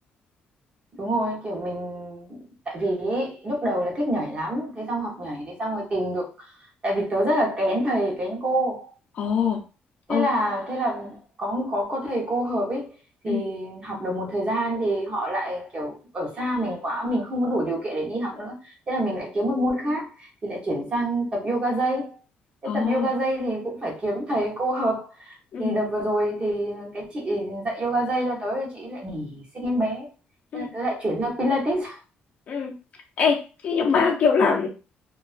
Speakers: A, on the right; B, on the left.
A: Đúng rồi, kiểu mình tại vì ý, lúc đầu là thích nhảy lắm, thế xong học nhảy thế xong rồi tìm được tại vì tớ rất là kén thầy kén cô.
B: Ồ, ừ,
A: Thế là thế là có có có thầy cô hợp ấy
B: ừ,
A: thì học được một thời gian thì họ lại kiểu ở xa mình quá, mình không có đủ điều kiện để đi học nữa. Thế là mình lại kiếm một môn khác thì lại chuyển sang tập yoga dây. Thế
B: ồ,
A: tập yoga dây thì cũng phải kiếm thầy cô hợp.
B: ừ,
A: Thì đợt vừa rồi thì cái chị dạy yoga dây cho tớ thì chị lại nghỉ sinh em bé.
B: ừ,
A: Thế là tớ lại chuyển sang Pilates.
B: ừ. Ê, thế nhưng mà kiểu là